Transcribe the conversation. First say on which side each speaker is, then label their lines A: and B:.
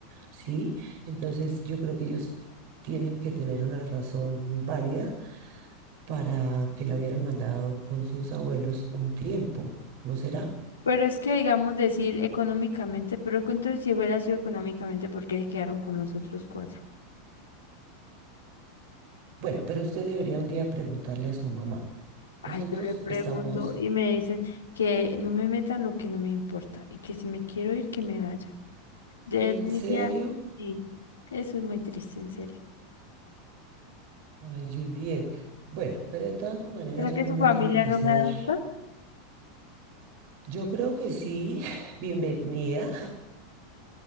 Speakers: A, on the right; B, on the left.
A: ¿sí? Entonces yo creo que ellos tienen que tener una razón válida para que la hubieran mandado con sus abuelos un tiempo, ¿no será?
B: Pero es que, digamos, decir económicamente, pero que entonces si hubiera sido económicamente, ¿por qué se quedaron con los otros cuatro?
A: Bueno, pero usted debería un día preguntarle a su mamá.
B: Ay,
A: Nosotros
B: yo le pregunto
A: estamos,
B: y me dicen que no me metan lo que no me importa y que si me quiero ir, que me vaya. De
A: ¿en
B: definitiva,
A: serio?
B: sí, eso es muy triste, en serio.
A: Ay, Juliet. Bueno, pero de todas maneras
B: ¿Será que
A: uno
B: su
A: no
B: familia
A: tiene que
B: no
A: ser.
B: me adopta?
A: Yo creo que sí, <laughs> bienvenida.